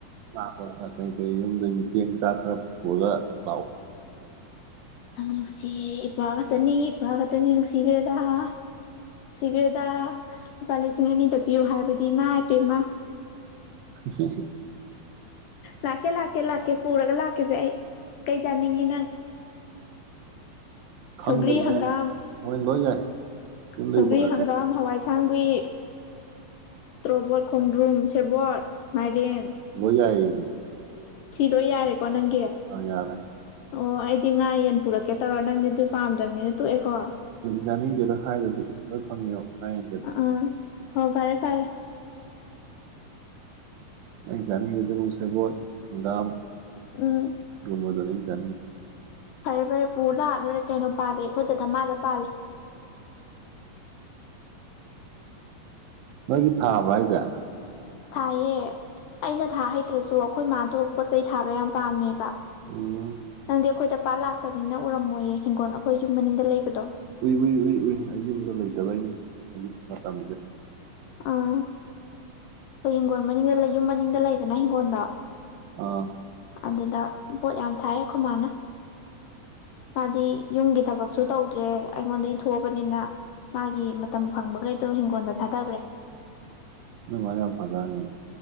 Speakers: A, on the right (about 80°); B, on the left (about 75°).
A: ꯁꯥ ꯀ ꯀꯩ ꯌꯗꯁ ꯁꯥꯈꯔ ꯍꯒ
B: ꯅꯨꯡꯁꯤꯌꯦ ꯏꯄꯥ ꯈꯛꯇꯅꯤ ꯏꯄꯥ ꯈꯛꯇꯅꯤ ꯅꯨꯡꯁꯤꯈ꯭ꯔꯦꯗ ꯅꯨꯡꯁꯤꯈ꯭ꯔꯦꯗ ꯂꯨꯄꯥ ꯂꯤꯁꯤꯡ ꯑꯅꯤꯗ ꯄꯤꯌꯨ ꯍꯥꯏꯕꯗꯤ ꯏ ꯃꯥ ꯍꯥꯏꯄꯦꯃ
A: <inaudible>
B: ꯂꯥꯛꯀꯦ ꯂꯥꯛꯀꯦ ꯂꯥꯛꯀꯦ ꯄꯨꯔꯒ ꯂꯥꯛꯀꯦꯁꯦ ꯑꯩ ꯀꯩ ꯌꯥꯥꯅꯤꯡꯉꯤ ꯅꯪ
A: ꯈꯪꯗꯦꯅꯦ
B: ꯁꯧꯒ꯭ꯔꯤ ꯍꯪꯒꯥꯝ
A: ꯃꯣꯏ ꯂꯣꯏ ꯌꯥꯏ ꯌꯨꯝꯗꯒꯤ
B: ꯁꯧꯒ꯭ꯔꯤ
A: ꯄꯨꯔꯛꯑꯗꯤ
B: ꯍꯪꯒꯥꯝ ꯍꯋꯥꯏꯁꯥꯡꯕꯤꯏ ꯇ꯭ꯔꯣꯕꯠ ꯈꯣꯡꯗ꯭ꯔꯨꯝ ꯁꯦꯕꯠ ꯃꯥꯏꯔꯦꯟ
A: ꯂꯣꯏ ꯌꯥꯏꯌꯦꯃꯤ
B: ꯁꯤꯤꯗꯣ ꯌꯥꯔꯦ ꯅꯪꯒꯤ
A: ꯑ ꯌꯥꯔꯦ
B: ꯑꯣ ꯑꯩꯗꯤ ꯉꯥ ꯌꯦꯟ ꯄꯨꯔꯛꯦ ꯀꯦ ꯇꯧꯔꯣ ꯅꯪꯗꯤ ꯑꯗꯨ ꯄꯥꯝꯗꯕꯅꯤꯅ ꯇꯣ ꯑꯦꯀꯣ
A: ꯖꯥꯔꯅꯤꯡ ꯗꯦꯗ ꯁ꯭ꯏꯗꯗꯤ ꯂꯣꯏ ꯐꯪꯉꯦꯕ ꯉꯥꯌꯦꯟꯗꯗꯤ
B: ꯑꯥ ꯍ ꯐꯔꯦ ꯐꯔꯦ
A: <inaudible> ꯑꯩ ꯆꯥ ꯑꯗꯨꯕꯣꯜ ꯍꯪꯒꯥꯝ
B: ꯎꯝ
A: ꯃ ꯑꯗꯨꯅꯤ ꯆ
B: ꯐꯔꯦ ꯐꯔꯦ ꯄꯨ ꯂꯥꯜꯂꯣꯏꯔꯦ ꯀꯩꯅꯣ ꯄꯥꯜꯂꯦ ꯑꯩꯈꯣꯏꯗ ꯙꯃꯥꯗ ꯄꯥꯜ
A: ꯅꯣꯏꯒꯤ ꯊꯥꯕ꯭ꯔꯥ ꯍꯥꯏꯁꯦ
B: ꯊꯌꯦ ꯑꯩꯅ ꯊꯥ ꯍꯩꯇ꯭ꯔꯁꯨ ꯑꯩꯈꯣꯏ ꯃꯥꯗꯣ ꯄꯣꯠ ꯆꯩꯩ ꯊꯥꯕ ꯌꯥꯝ ꯄꯥꯝꯃꯦꯕ
A: ꯎꯝ
B: ꯅꯪꯗꯤ ꯑꯩꯈꯣꯏꯗ ꯄꯥꯠ ꯂꯥꯛꯇꯕꯅꯤꯅ ꯎꯔꯝꯃꯣꯏꯌꯦ ꯍꯤꯡꯒꯣꯜ ꯑꯩꯈꯣꯏ ꯌꯨꯝ ꯃꯅꯤꯡꯗ ꯂꯩꯕꯗꯣ
A: ꯎꯏ ꯎꯏ ꯎꯏ ꯎꯏ ꯑꯩ ꯌꯨꯝꯗꯣ ꯂꯩꯇꯕꯩꯅꯦ ꯍꯧꯖꯤꯛ ꯃꯇꯝꯁꯦ
B: ꯑꯥ ꯑꯩꯣꯏ ꯍꯤꯡꯪꯣꯟ ꯃꯅꯤꯗ ꯂꯩ ꯌꯨꯝ ꯃꯅꯤꯡꯗ ꯂꯩꯗꯅ ꯍꯤꯡꯒꯣꯜꯗ
A: ꯑꯥ
B: ꯑꯗꯨꯗ ꯄꯣꯠ ꯌꯥꯝ ꯊꯥꯏꯔꯦꯈꯣ ꯃꯥꯅ ꯃꯥꯗꯤ ꯌꯨꯝꯒꯤ ꯊꯕꯛꯁꯨ ꯇꯧ ꯑꯩꯉꯣꯟꯗ ꯊꯣꯛꯑꯕꯅꯤꯅ ꯃꯥꯒꯤ ꯃꯇꯝ ꯐꯪꯕꯈꯩꯗꯣ ꯍꯤꯡꯒꯣꯜꯗ ꯊꯥꯗꯈ꯭ꯔꯦ
A: ꯏꯉꯔ ꯐꯇꯥꯅꯦ